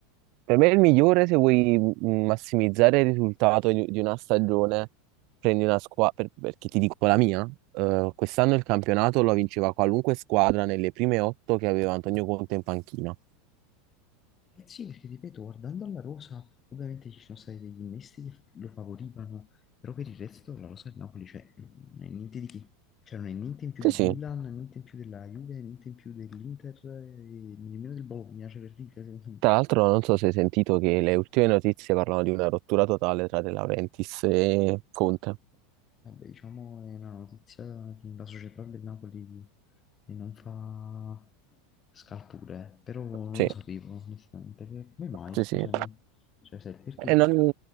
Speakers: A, on the right; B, on the left.
A: Per me è il migliore se vuoi mh, massimizzare il risultato di di una stagione, prendi una squadra, perché ti dico la mia, eh, quest'anno il campionato lo vinceva qualunque squadra nelle prime otto che aveva Antonio Conte in panchina.
B: Eh sì, perché ripeto, guardando alla rosa, ovviamente ci sono stati degli innesti che lo favorivano, però per il resto la rosa del Napoli, cioè, non è niente di che. Cioè, non è niente in più
A: Sì,
B: del
A: sì,
B: Milan, niente in più della Juve, niente in più dell'Inter, eh, e nemmeno del Bologna, cioè per dire, secondo me.
A: Tra l'altro non so se hai sentito che le ultime notizie parlano di una rottura totale tra De Laurentiis e Conte.
B: Vabbè, diciamo, è una notizia che la società del Napoli non fa scalpore, però non
A: Sì,
B: lo sapevo, onestamente. Che- Come mai,
A: sì,
B: scusami?
A: sì.
B: Cioè, sai, perché?
A: E non,